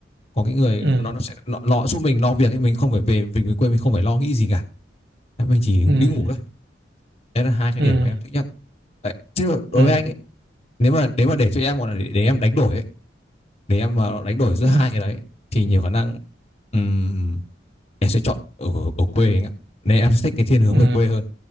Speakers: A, on the left; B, on the right.
A: có cái người
B: Ừ.
A: nó nó sẽ nó, nó giúp mình lo việc ấy mình không phải về mình về quê mình không phải lo nghĩ gì cả Đấy, mình chỉ
B: Ừ.
A: đi ngủ thôi đấy là hai cái
B: Ừ.
A: điểm mà em thích nhất đấy chứ mà đối
B: Ừ.
A: với anh ấy nếu mà nếu mà để cho em gọi là để, để em đánh đổi ấy nếu em mà đánh đổi giữa
B: Ừ.
A: hai cái đấy thì nhiều khả năng ừm, em sẽ chọn ở, ở quê anh ạ nên em sẽ thích cái thiên hướng
B: Ừ.
A: về quê hơn